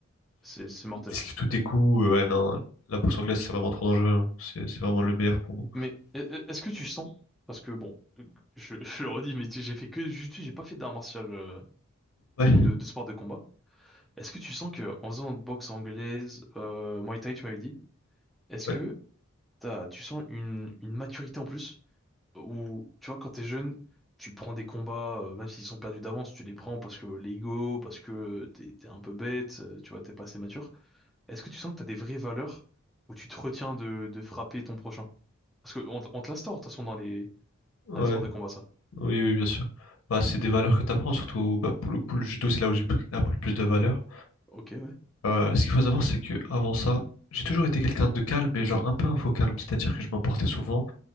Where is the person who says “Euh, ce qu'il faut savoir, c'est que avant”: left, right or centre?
Left